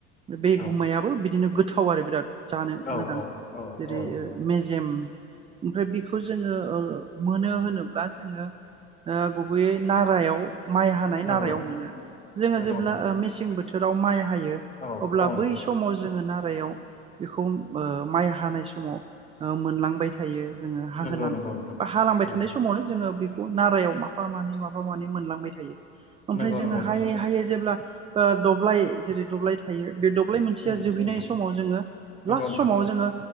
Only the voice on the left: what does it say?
औ
औ
औ
औ नोंथां
नंगौ
नंगौ
नोंथां
औ
औ नोंथां
नंगौ नंगौ नोंथां
नंगौ
नंगौ
नंगौ नोंथां
नंगौ
नंगौ
नंगौ
नोंथां